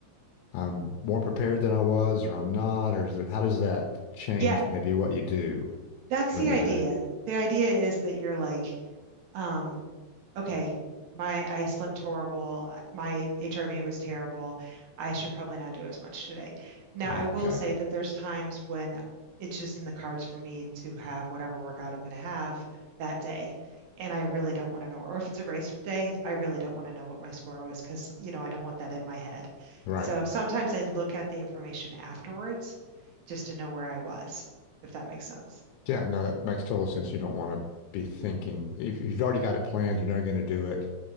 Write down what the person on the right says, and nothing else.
Yeah,
that's
the
idea.
The idea is that you're like Um, okay, my I slept horrible. I- My HRV was terrible. I should probably not do as much today. Now,
I will
say that there's times when it's just in the cards for me to have whatever workout I'm going to have that day. And I really don't want to know, or if it's a race day, I really don't want to know what my score was because, you know, I don't want that in my head.
So sometimes I look at the information afterwards just to know where I was, if that makes sense.